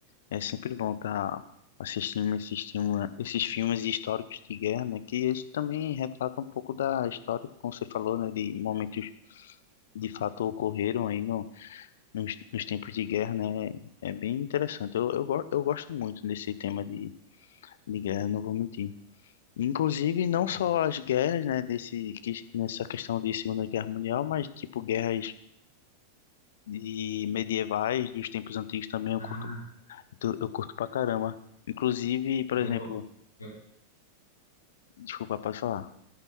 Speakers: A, on the left; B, on the left.
A: é sempre bom estar assistindo esses, filme- esses filmes históricos de guerra, né? Que eles também retratam um pouco da história, como você falou, né? De momentos de fato ocorreram aí no, nos, nos tempos de guerra, né? É bem interessante. Eu, eu, go- eu gosto muito desse tema de, de guerra, não vou mentir. Inclusive, não
B: É.
A: só as guerras, né, desse, que- nessa questão de Segunda Guerra Mundial, mas tipo guerras de medievais dos tempos antigos também eu
B: Ah,
A: curto, tu- eu curto pra caramba. Inclusive, por
B: eu,
A: exemplo,
B: go- eu
A: desculpa, pode falar.